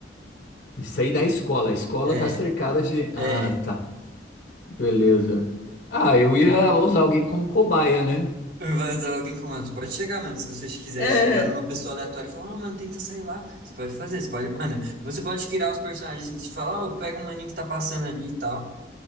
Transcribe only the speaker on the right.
É,
é.
Vai dar alguém com mano. você Pode chegar, mano. Se você quiser
chegar numa pessoa aleatória e falar, ah, mano, tenta sair lá. Você pode fazer, você pode. Mano, você pode criar os personagens. Gente, falar ó, pega um maninho que tá passando ali e tal.